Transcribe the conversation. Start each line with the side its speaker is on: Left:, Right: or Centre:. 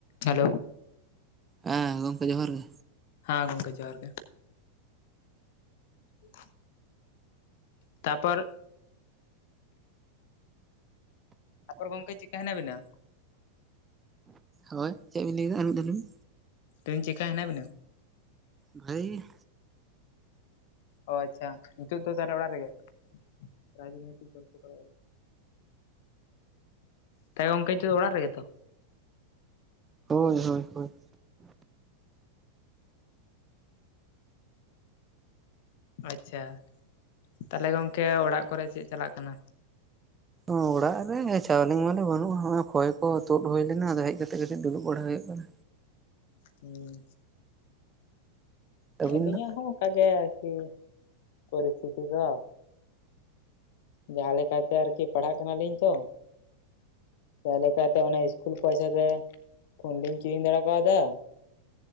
Left: Hello.
Right: ᱦᱮᱸ ᱜᱚᱝᱠᱮ ᱡᱚᱦᱟᱨ ᱜᱮ᱾
Left: ᱦᱮᱸ ᱜᱚᱝᱠᱮ ᱡᱚᱦᱟᱨ ᱜᱮ᱾ <inaudible> ᱛᱟᱯᱚᱨ ᱛᱟᱯᱚᱨ ᱜᱚᱢᱠᱮ ᱪᱤᱠᱠᱟ ᱦᱮᱱᱟᱜ ᱵᱤᱱᱟ?
Right: ᱦᱳᱭ ᱪᱮᱫ ᱵᱤᱱ ᱞᱟᱹᱭ ᱮᱫᱟ ᱟᱨ ᱢᱤᱫ ᱫᱷᱟ ᱞᱟᱹᱭ ᱵᱤᱱ᱾
Left: ᱛᱮᱦᱮᱧ ᱪᱮᱠᱠᱟ ᱦᱮᱱᱟ ᱵᱤᱱᱟ?
Right: ᱵᱷᱟᱹᱜᱤ ᱜᱮ᱾
Left: ᱚ ᱟᱪᱪᱷᱟ ᱱᱤᱛᱚᱜ ᱫᱚ ᱛᱟᱦᱚᱞᱮ ᱚᱲᱟᱜ ᱨᱮᱜᱮ ᱨᱟᱡᱽᱱᱳᱭᱛᱤᱠ ᱜᱚᱞᱯᱚ ᱠᱚᱨ ᱛᱟ ᱜᱚᱝᱠᱮ ᱱᱤᱛᱳᱜ ᱫᱚ ᱚᱲᱟᱜ ᱨᱮᱜᱮ ᱛᱚ?
Right: ᱦᱳᱭ ᱦᱳᱭ ᱦᱳᱭ᱾
Left: ᱟᱪᱪᱷᱟ ᱛᱟᱦᱚᱞᱮ ᱜᱚᱝᱠᱮ ᱚᱲᱟᱜ ᱠᱚᱨᱮ ᱪᱮᱜ ᱪᱟᱞᱟᱜ ᱠᱟᱱᱟ?
Right: ᱚᱲᱟᱜ ᱨᱮ ᱪᱟᱣᱞᱮ ᱢᱟᱣᱞᱮ ᱵᱟᱹᱱᱩᱜᱼᱟ ᱦᱚᱲ ᱠᱷᱚᱭ ᱠᱚ ᱛᱩᱫ ᱦᱩᱭ ᱞᱮᱱᱟ ᱟᱫᱚ ᱦᱮᱡ ᱠᱟᱛᱮᱜ ᱠᱟᱹᱴᱤᱡ ᱫᱩᱲᱩᱵ ᱵᱟᱲᱟ ᱦᱩᱭᱩᱜ ᱠᱟᱱᱟ᱾
Left: ᱦᱩᱸ
Right: ᱟᱹᱵᱤᱱ
Left: ᱟᱹᱞᱤᱧᱟᱜ
Right: ᱫᱚ
Left: ᱦᱚᱸ ᱠᱟ ᱜᱮ ᱟᱨᱠᱤ ᱯᱚᱨᱤᱥᱛᱷᱛᱤ ᱠᱚ᱾ ᱡᱟᱦᱟᱸ ᱞᱮᱠᱟᱛᱮ ᱟᱨᱠᱤ ᱯᱟᱲᱦᱟᱜ ᱠᱟᱱᱟᱞᱤᱧ ᱛᱚ᱾ ᱛᱟᱦᱚᱞᱮ ᱠᱷᱟᱡ ᱫᱚ ᱚᱱᱟ ᱤᱥᱠᱩᱞ ᱯᱚᱭᱥᱟ ᱜᱮ᱾ ᱯᱷᱳᱱ ᱞᱤᱧ ᱠᱤᱨᱤᱧ ᱫᱟᱲᱮ ᱠᱟᱣᱫᱟ᱾